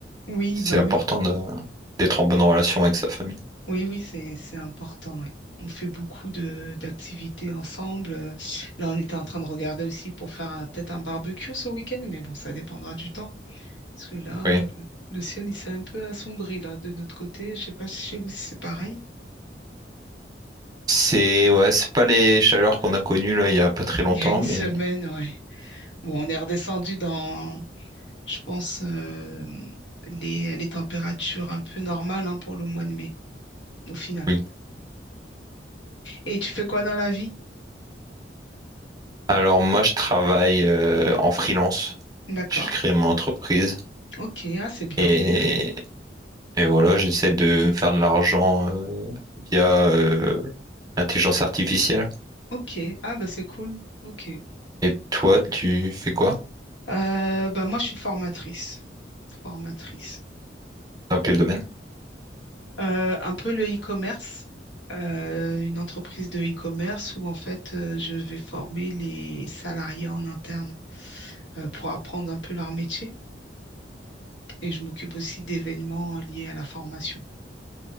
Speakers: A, on the left (about 90°); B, on the right (about 20°).
A: Oui,
B: C'est
A: bah
B: important
A: oui,
B: de- d'être en bonne relation avec sa famille.
A: oui, oui, c'est, c'est important. oui. On fait beaucoup de d'activités ensemble. Euh, Là, on était en train de regarder aussi pour faire euh, peut-être un barbecue ce week-end, mais bon, ça dépendra du temps. Parce que là,
B: Oui.
A: euh, le ciel, il s'est un peu assombri, là, de notre côté. Je sais pas si chez vous, si c'est pareil.
B: C'est ouais, c'est pas les chaleurs qu'on a connues là il y a pas
A: <laughs>
B: très longtemps,
A: Il y a une
B: mais
A: semaine, ouais. Bon, on est redescendu dans, je pense, euh, les, les températures un peu normales, hein, pour le mois de mai, au final.
B: oui.
A: Et tu fais quoi dans la vie?
B: Alors moi je travaille euh, en freelance.
A: D'accord.
B: J'ai créé mon entreprise
A: Ok, ah, c'est bien.
B: et,
A: Ok.
B: et voilà, j'essaie de me faire de l'argent euh, via euh, l'intelligence artificielle.
A: Ok. Ah, bah, c'est cool. Ok.
B: Et toi, tu fais quoi?
A: Euh, bah, moi, je suis formatrice. Formatrice.
B: Dans quel domaine?
A: Euh, un peu le e-commerce, euh, une entreprise de e-commerce où en fait euh, je vais former les salariés en interne euh, pour apprendre un peu leur métier et je m'occupe aussi d'événements euh, liés à la formation.